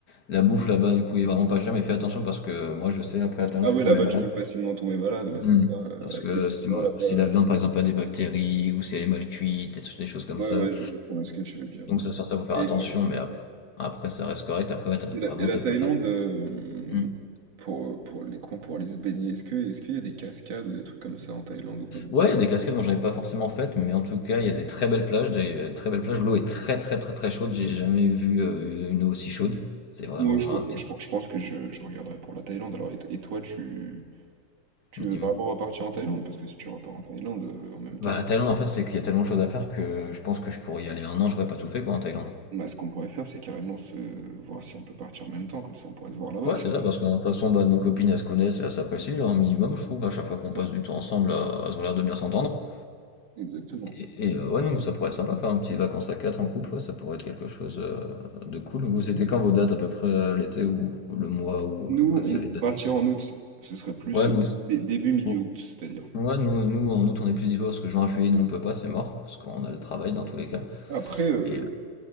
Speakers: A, on the left (about 50°); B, on the right (about 55°).
A: La bouffe là-bas, du coup, est vraiment pas chère. Mais fais attention parce que euh, moi, je sais, après la Thaïlande,
B: Ah
A: je
B: ouais,
A: suis tombé
B: là-bas,
A: malade.
B: tu peux facilement tomber malade, ouais,
A: Hmm.
B: c'est ça. euh,
A: Parce
B: avec
A: que
B: les étudiants
A: si, tu me-
B: là-bas.
A: si
B: euh,
A: la viande,
B: c'est-
A: par exemple, a des bactéries ou si elle est mal cuite, des des choses comme
B: Ouais,
A: ça.
B: ouais, je vois très bien ce que tu veux dire,
A: Donc
B: ouais.
A: ça ça ça, faut faire
B: Et,
A: attention,
B: euh,
A: mais après après ça reste correct. Après ouais, tu
B: et la,
A: vraiment
B: et la
A: tu
B: Thaïlande,
A: pas. enfin,
B: euh,
A: mmh.
B: pour, pour les coins, pour aller se baigner, est-ce que, est-ce qu'il y a des cascades ou des trucs comme ça en Thaïlande ou pas du
A: Ouais,
B: tout
A: il y a des cascades dont j'avais pas forcément faites, mais en tout cas, il y a des très belles plages, des des très belles plages. L'eau est très, très, très, très chaude. J'ai jamais vu, heu, une eau aussi chaude. C'est vraiment,
B: Oui, je vois.
A: heu, terr
B: Je, je pense que je, je regarderai pour la Thaïlande. Alors, et, et toi, tu, tu
A: dis-moi?
B: veux vraiment repartir en Thaïlande? Parce que si tu repars en Thaïlande euh, en même temps,
A: Bah, la Thaïlande, en fait, c'est qu'il y a tellement de choses à faire que je pense que je pourrais y aller un an, j'aurais pas tout fait, quoi, en Thaïlande.
B: bah, ce qu'on pourrait faire, c'est carrément se voir si on peut partir en même temps. Comme ça, on pourrait se voir là-bas.
A: Ouais,
B: tu
A: c'est ça,
B: vois.
A: parce que de toute façon, bah, nos copines, elles se connaissent, elles s'apprécient un minimum, je trouve. À chaque fois qu'on
B: Ça,
A: passe du temps ensemble, heu, elles ont l'air de bien s'entendre.
B: exactement.
A: Et et, euh, ouais, non, ça pourrait être sympa, faire une petite vacances à 4 en couple, ouais, ça pourrait être quelque chose euh, de cool. Vous, c'était quand vos dates à peu près euh, l'été ou ou le mois ou
B: Nous,
A: à peu près vous
B: on
A: avez
B: peut
A: une date
B: partir
A: fixée?
B: en août. Ce serait plus
A: Ouais,
B: euh,
A: nous, c'est-
B: dé- début, milieu
A: ou-
B: août, c'est-à-dire.
A: ouais, nous, nous en août on est plus dispo parce que juin, juillet, nous on peut pas, c'est mort parce qu'on a le travail dans tous les cas.
B: Après, euh,
A: Et euh,